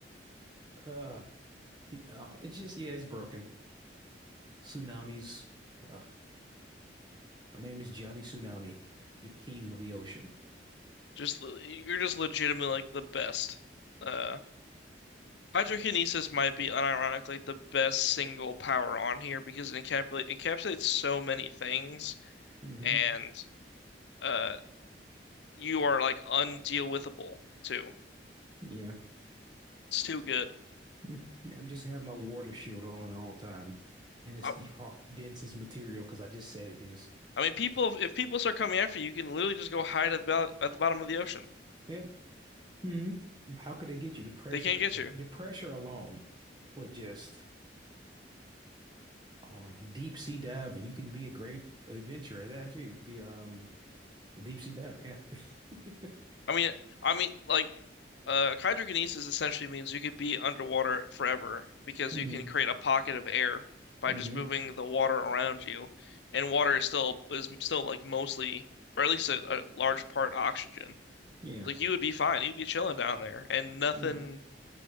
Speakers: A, on the right; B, on the left.
A: Uh, uh, it's just yeah, it's broken. Tsunamis. Uh, my name is Johnny Tsunami. I'm the king of the ocean.
B: Just le- you're just legitimately like the best. Uh, hydrokinesis might be unironically the best single power on here because it encapsulate, encapsulates so many things,
A: hmm
B: and uh, you are like undeal withable too.
A: Yeah.
B: It's too good.
A: Mm. Yeah, I'm just have my water shield on at all time, and it's
B: I,
A: the hard, densest material because I just said it is.
B: I mean, people if people start coming after you, you can literally just go hide at the, bo- at the bottom of the ocean.
A: Yeah. hmm How could they get you the pressure?
B: They can't get
A: 'Cause
B: you.
A: the pressure alone would just. on deep sea dive, and you can be a great adventurer that too. You could be um a deep sea diver, yeah. <laughs>
B: I mean, I mean, like, uh, hydrokinesis essentially means you could be underwater forever because
A: hmm
B: you can create a pocket of air by
A: hmm
B: just moving the water around you, and water is still is still like mostly, or at least a, a large part oxygen.
A: Yeah.
B: Like you would be fine, you'd be chilling down there, and nothing.
A: Mhm.